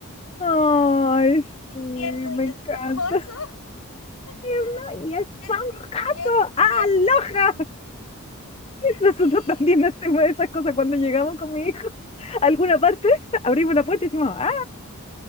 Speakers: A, on the left (about 25°); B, on the left (about 85°).
A: Ay,
B: <laughs> es
A: sí, me
B: tierno y esponjoso,
A: encanta. <laughs>
B: <laughs>
A: No, y esponjoso.
B: es, es, es
A: ¡Aloja!
B: tierno. <laughs>
A: Nosotros
B: Sí,
A: también hacemos esas cosas cuando llegamos con mi hijo a alguna parte, abrimos la puerta y decimos, ah,